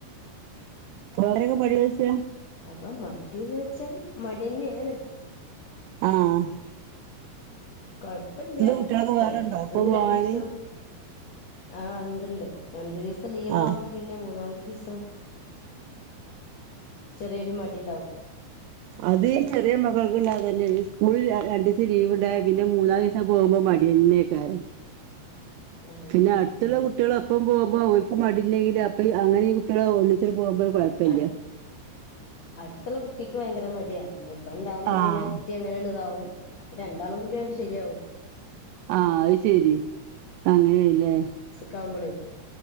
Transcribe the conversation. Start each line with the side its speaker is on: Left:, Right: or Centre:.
Right: <unintelligible>
Left: പോക മടിയന്ന് വെച്ചാ മടിയന്നേണ്.
Right: ആഹ്.
Left: കൊഴപുല്ല്യ.
Right: കുട്ടികൾക്ക്
Left: ചിലപ്പന്ന്
Right: വേറെണ്ടോ ഇപ്പൊ പോവാന്
Left: രണ്ട ദിവസം. ആഹ് ഇണ്ടണ്ട്. രണ്ടു ദിവസം ലീവ്
Right: ആ
Left: ആവുമ്പോ, പിന്നെ മൂന്നാമത്തെ ദിവസം ചെറിയൊരു മടി ഉണ്ടാവും.
Right: അത് ഈ ചെറിയ മക്കൾക്ക ഉള്ളാെതന്നെയേണ്. ഈ സ്കൂള രണ്ട ദിവസം ലീവ് ഉണ്ടായ പിന്നെ മൂന്നാം സം പോകുമ്പ മടിയന്നെക്കാരം.
Left: ആഹ്
Right: പിന്നെ അടുത്തുള്ള കുട്ടികള ഒപ്പം പോകുമ്പോ, അവർക്ക് മടില്ലെങ്കില് അപ്പ അങ്ങനെ ഈ കുട്ടികള ഒന്നിചു പോകുമ്പോ, കുഴപ്പല്ല
Left: അടുത് അടുത്തുള്ള കുട്ടിക്ക് ഭയങ്കര മടിയാ. പിന്നെ ഇവൻ ഇണ്ടാവുമ്പോ
Right: ആഹ്
Left: പിന്നെ ആ ക്കു എങ്ങനെയണ്ട് ഇതാവും അപ്പൊ രണ്ടാളും കൂടിയണ്ട് ശരിയാവും.
Right: ആഹ അത് ശെരി. അങ്ങനെണല്ലേ.
Left: കാവുമ്പോളെ,